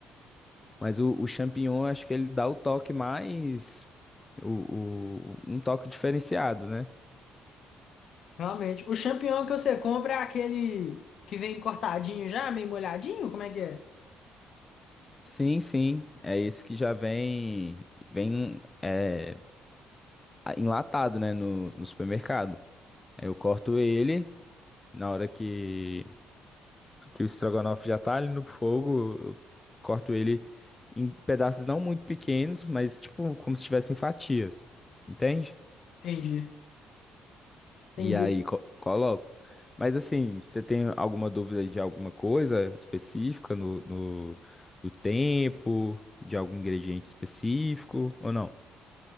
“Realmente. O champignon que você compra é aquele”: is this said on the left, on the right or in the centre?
Left